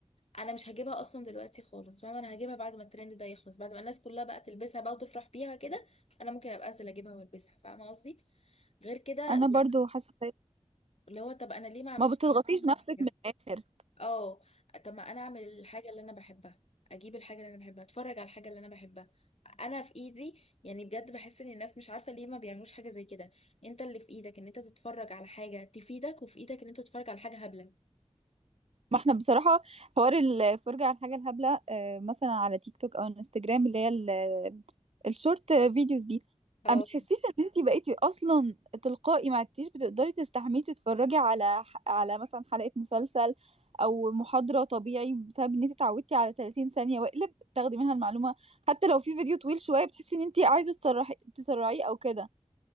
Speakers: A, on the left; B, on the right.
A: انا مش هجيبها اصلا دلوقتي خالص فاهمه انا هجيبها بعد ما الترند ده يخلص بعد ما الناس كلها بقى تلبسها بقى وتفرح بيها كده انا ممكن ابقى انزل اجيبها والبسها فاهمه قصدي غير كده
B: انا
A: لأ،
B: برضو حاسة زي-
A: اللي هو طب انا ليه ما اعملش
B: ما بتضغطيش نفسك
A: حاجة؟
B: من الاخر
A: اه طب ما انا اعمل الحاجه اللي انا بحبها اجيب الحاجه اللي انا بحبها اتفرج على الحاجه اللي انا بحبها انا في ايدي يعني بجد بحس ان الناس مش عارفه ليه ما بيعملوش حاجه زي كده انت اللي في ايدك ان انت تتفرج على حاجه تفيدك وفي ايدك ان انت تتفرج على حاجه هبله
B: ما احنا بصراحة حوار الفرجة على الحاجة الهبلة آه، مثلا على تيك توك او انستجرام اللي هي ال- الشورت فيديوز دي
A: اه
B: ما بتحسيش ان انتي بقيتي اصلا تلقائي ما عدتيش بتقدري تستحملي تتفرجي على ح- على مثلا حلقة مسلسل او محاضرة طبيعي بسبب ان انتي اتعودتي على 30 ثانية واقلب تاخدي منها المعلومة حتى لو في فيديو طويل شوية بتحسي ان انتي عايزة تسرحي تسرعيه او كده